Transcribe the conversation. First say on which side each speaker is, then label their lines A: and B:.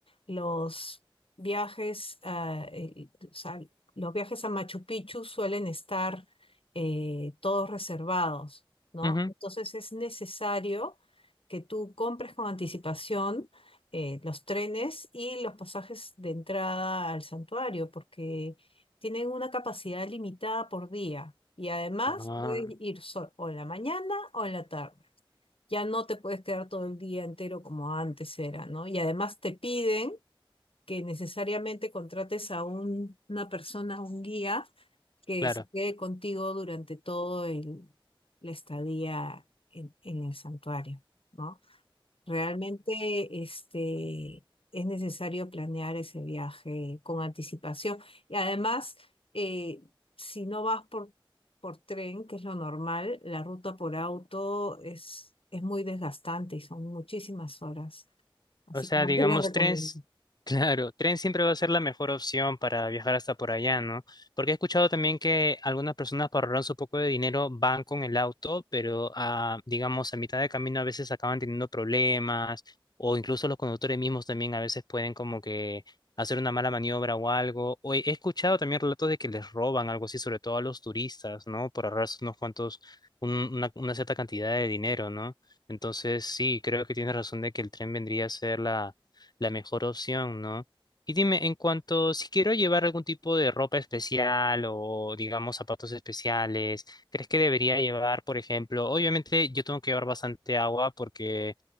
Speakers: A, on the left (about 80°); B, on the left (about 45°).
A: los viajes, a, eh, o sea, los viajes a Machu Picchu suelen estar eh, todos reservados, ¿no?
B: Ujú.
A: Entonces es necesario que tú compres con anticipación eh, los trenes y los pasajes de entrada al santuario, porque tienen una capacidad limitada por día. Y además
B: Ah,
A: puedes ir sol- o en la mañana o en la tarde. Ya no te puedes quedar todo el día entero como antes era, ¿no? Y además te piden que necesariamente contrates a un- una persona, un guía, que
B: claro.
A: se quede contigo durante todo el, la estadía en, en el santuario, ¿no? Realmente este, es necesario planear ese viaje con anticipación. Y además, eh, si no vas por, por tren, que es lo normal, la ruta por auto es, es muy desgastante y son muchísimas horas. Así
B: O sea,
A: que no
B: digamos,
A: te la recomiendo.
B: tren, s- <laughs> claro, tren siempre va a ser la mejor opción para viajar hasta por allá, ¿no? Porque he escuchado también que algunas personas para ahorrar su poco de dinero van con el auto, pero ah, digamos, a mitad de camino a veces acaban teniendo problemas, o incluso los conductores mismos también a veces pueden como que hacer una mala maniobra o algo. O he he escuchado también relatos de que les roban algo así, sobre todo a los turistas, ¿no? Por ahorrarse unos cuantos, un- una, una cierta cantidad de dinero, ¿no? Entonces, sí, creo que tienes razón de que el tren vendría a ser la, la mejor opción, ¿no? Y dime, en cuanto si quiero llevar algún tipo de ropa especial o, digamos, zapatos especiales, ¿crees que debería llevar, por ejemplo, obviamente yo tengo que llevar bastante agua porque